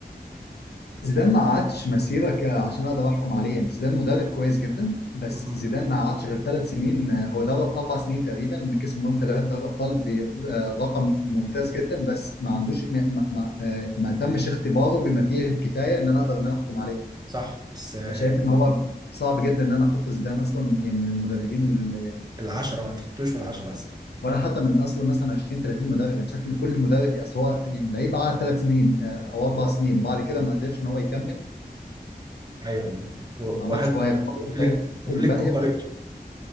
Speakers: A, on the left (about 80°); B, on the right (about 25°).
A: زيدان ما عادش مسيرة ك- عشان اقدر احكم عليه يعني زيدان مدرب كويس جدا بس
B: مم.
A: زيدان ما عادش غير ثلاث سنين آه، هو درب اربع سنين تقريبا كسب منهم ثلاثة دوري ابطال برقم ممتاز جدا بس ما عندوش ما, ما, ما آه، ما تمش اختباره بما فيه الكفاية ان انا اقدر ان انا احكم عليه
B: صح بس آه،
A: فشايف
B: يعني
A: ان هو صعب جدا ان انا احط زيدان اصلا يعني من المدربين ال- يعني
B: العشرة ما تحطوش من العشرة أصلا
A: ولا حتى من اصل مثلا 20 30 مدرب انا شايف ان كل مدرب أصل هو يعني لعيب قعد ثلاث سنين آه، او اربع سنين وبعد كده ما قدرش ان هو يكمل
B: ايوه ايوه و-
A: ما اعرفش
B: وهن
A: هو هيختار في
B: وفليك
A: حياته
B: وفليك
A: الباقيه
B: وطريقته
A: بس